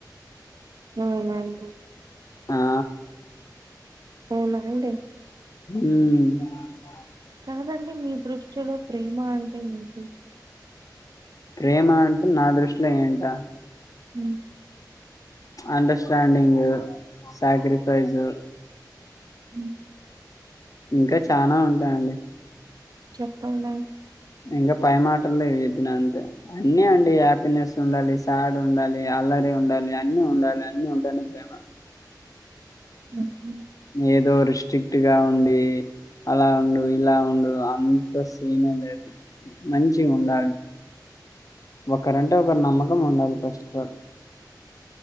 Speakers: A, on the right (about 65°); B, on the left (about 50°).
A: అవునా అండి
B: ఆ
A: అవునా అండి
B: ఉమ్
A: కాదండి మీ దృష్టిలో ప్రేమ అంటే ఏంటి
B: ప్రేమ అంటే నా దృష్టిలో ఏంట
A: ఉమ్
B: అండర్స్టాడింగు సాక్రిఫైస్
A: ఉ
B: ఇంకా చానా ఉంటాయండి
A: చెప్పండి
B: ఇంకా పై మాటల్లో చెప్పినా అంతే అన్నీ అండి హ్యాపీనెస్ ఉండాలి సాడ్ ఉండాలి అల్లరే ఉండాలి అన్నీ ఉండాలి అన్నీ ఉంటానే ప్రేమ
A: ఉహు
B: ఏదో రిస్ట్రిక్ట్ గా ఉండి అలా ఉండు ఇలా ఉండు అంత సీనే లేదు మంచి ఉండాలి ఒకరంటే ఒకరు నమ్మకం ఉండాలి ఫస్ట్ ఆఫ్ ఆల్